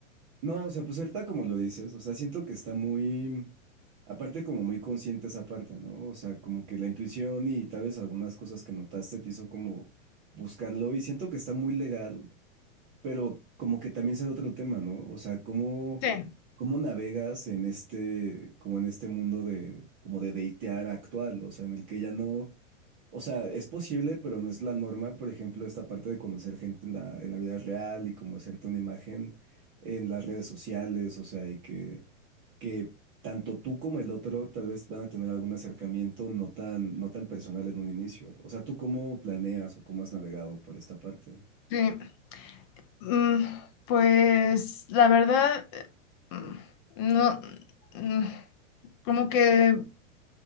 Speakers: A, on the right; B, on the left.
A: No, o sea, pues ahorita como lo dices, o sea, siento que está muy, aparte como muy consciente esa parte, ¿no? O sea, como que la intuición y tal vez algunas cosas que notaste te hizo como buscarlo y siento que está muy legal, pero como que también sale otro tema, ¿no? O sea, cómo,
B: Sí,
A: cómo navegas en este, como en este mundo de, como de datear actual, o sea, en el que ya no... O sea, es posible, pero no es la norma, por ejemplo, esta parte de conocer gente en la, en la vida real y como hacerte una imagen en las redes sociales, o sea, y que, que tanto tú como el otro tal vez van a tener algún acercamiento no tan, no tan personal en un inicio. O sea, ¿tú cómo planeas o cómo has navegado por esta parte?
B: sí. Mm, Pues la verdad, eh, mm, no, mm, como que